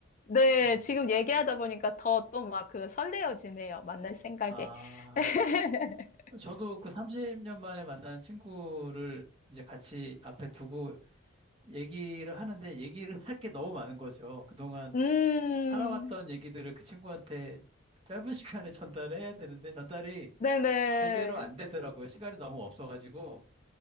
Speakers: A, on the left (about 35°); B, on the right (about 25°).
A: 네,
B: 네.
A: 지금 얘기하다 보니까 더 또 막 그 설레어지네요. 만날 생각에.
B: 아,
A: <laughs>
B: 저도 그 30년 만에 만난 친구를 이제 같이 앞에 두고 얘기를 하는데 얘기를 할 게 너무 많은 거죠. 그동안
A: 음,
B: 살아왔던 얘기들을 그 친구한테 짧은 <laughs> 시간에 전달해야 되는데 전달이
A: 네네,
B: 제대로 안 되더라고요. 시간이 너무 없어가지고.